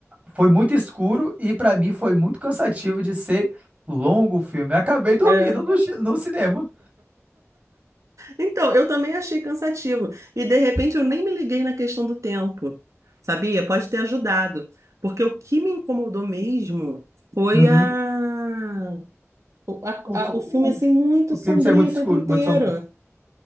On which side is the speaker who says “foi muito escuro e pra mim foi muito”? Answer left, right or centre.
Right